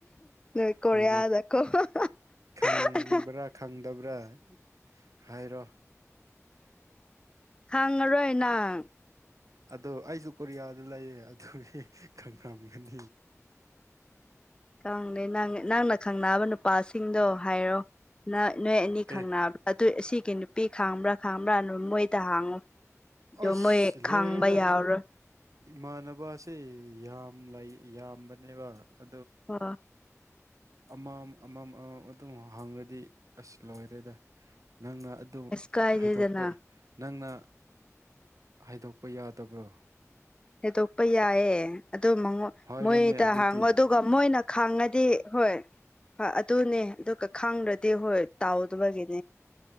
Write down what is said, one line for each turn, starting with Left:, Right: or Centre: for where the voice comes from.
Left: ꯅꯣꯏ ꯀꯔꯤꯌꯥꯗꯀꯣ
Right: ꯍꯥꯏꯗꯤ
Left: <unintelligible>
Right: ꯈꯪꯕ꯭ꯔꯥ ꯈꯪꯗꯕ꯭ꯔꯥ ꯍꯥꯏꯔꯣ
Left: ꯈꯪꯉꯔꯣꯏ ꯅꯪ
Right: ꯑꯗꯣ ꯑꯩꯁꯨ ꯀꯣꯔꯤꯌꯥꯗ ꯂꯩꯌꯦ ꯑꯗꯨꯒꯤ ꯈꯪꯉꯝꯒꯅꯤ
Left: ꯀꯗꯦ ꯅꯪꯅ ꯈꯪꯅꯕ ꯅꯨꯄꯥꯁꯤꯡꯗꯣ ꯍꯥꯏꯔꯛꯑꯣ ꯅ ꯅꯣꯏ ꯑꯅꯤ ꯈꯪꯅꯕ꯭ꯔꯥ
Right: ꯑꯦ
Left: ꯑꯗꯨ ꯑꯁꯤꯒꯤ ꯅꯨꯄꯤ ꯈꯥꯡꯕ꯭ꯔꯥ ꯈꯥꯡꯕ꯭ꯔꯥ ꯅ ꯃꯣꯏꯗ ꯍꯥꯡꯉꯨ ꯑꯣ
Right: ꯑꯁ
Left: ꯃꯣꯏ ꯈꯪꯕ
Right: ꯂꯣꯏꯔꯦꯗ
Left: ꯌꯥꯎꯔꯣꯏ
Right: ꯏꯃꯥꯟꯅꯕꯁꯦ ꯌꯥꯝ ꯌꯥꯝꯕꯅꯦꯕ ꯑ
Left: ꯑꯣ
Right: ꯑꯃꯝ ꯑꯃꯝ ꯑꯃꯝ ꯑꯗꯨꯝ ꯍꯥꯡꯉꯗꯤ ꯑꯁ ꯂꯣꯏꯔꯦꯗ ꯅꯪꯅ ꯑꯗꯨ
Left: ꯑꯁ ꯀꯥꯏꯗꯦꯗꯅ
Right: ꯍꯥꯏꯗꯣꯛꯄ ꯅꯪꯅ ꯍꯥꯏꯗꯣꯛꯄ ꯌꯥꯗꯕ꯭ꯔꯣ
Left: ꯊꯦꯗꯣꯛꯄ ꯌꯥꯏꯌꯦꯦ ꯑꯗꯨꯉ
Right: ꯍꯥꯏꯔꯣꯅꯦ
Left: ꯃꯣꯏꯗ
Right: ꯑꯗꯨꯗꯤ
Left: ꯍꯥꯡꯉꯣ ꯑꯗꯨ ꯑꯗꯨꯒ ꯃꯣꯏꯅ ꯈꯥꯡꯉꯗꯤ ꯍꯣꯏ ꯍꯣꯏ ꯑꯗꯨꯅꯦ ꯑꯗꯨ ꯀ ꯈꯥꯡꯗ꯭ꯔꯗꯤ ꯍꯣꯏ ꯇꯥꯎꯗꯕꯒꯤꯅꯤ